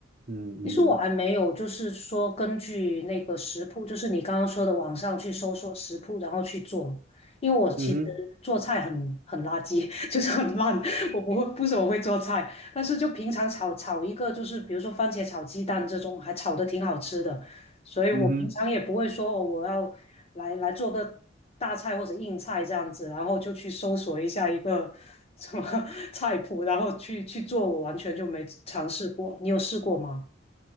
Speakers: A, on the right (about 45°); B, on the left (about 30°).
A: 嗯嗯
B: 其实我还没有，就是说根据那个食谱，就是你刚刚说的网上去搜索食谱，然后去做。因为我其实做菜很很垃圾，
A: 嗯哼
B: <laughs> 就是很烂，我不会不怎么会做菜。但是就平常炒炒一个，就是比如说番茄炒鸡蛋这种，还炒的挺好吃的。所以我平常也不会说哦，
A: 嗯哼，
B: 我要来来做个大菜或者硬菜这样子，然后就去搜索一下一个什么 <laughs> 菜谱，然后去去做，我完全就没尝试过。你有试过吗？